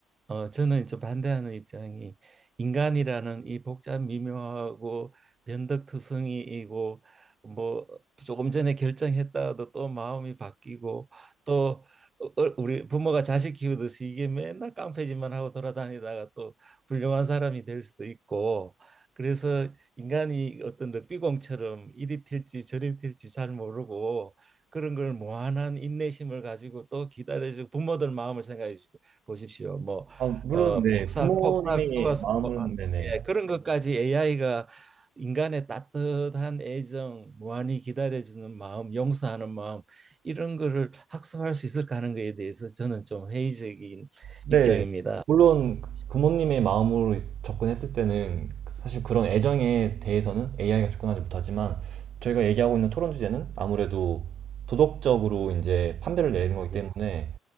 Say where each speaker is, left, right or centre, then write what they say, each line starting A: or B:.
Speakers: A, on the right; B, on the right.
A: 어 저는 좀 반대하는 입장이 인간이라는 이 복잡 미묘하고 변덕투성이이고 뭐 조금 전에 결정했다가도 또 마음이 바뀌고 또 어, 어, 우리 부모가 자식 키우듯이 이게 맨날 깡패짓만 하고 돌아다니다가 또 훌륭한 사람이 될 수도 있고 그래서 인간이 어떤 럭비공처럼 이리 튈지 저리 튈지 잘 모르고 그런 걸 무한한 인내심을 가지고 또 기다려주고 부모들 마음을 생각해 주- 보십시오. 뭐
B: 아 물론
A: 어,
B: 네
A: 폭삭
B: 부모님의
A: 폭삭 쏘아서
B: 마음은
A: 뭐, 아,
B: 네네
A: 예, 그런 것까지 AI가 인간의 따뜻한 애정, 무한히 기다려주는 마음, 용서하는 마음 이런 거를 학습할 수 있을까 하는 거에 대해서 저는 좀 회의적인
B: 네,
A: 입장입니다.
B: 물론 부모님의 마음으로 접근했을 때는 사실 그런 애정에 대해서는 AI가 접근하지 못하지만 저희가 얘기하고 있는 토론 주제는 아무래도 도덕적으로 이제 판별을 내리는 거기 때문에
A: 예,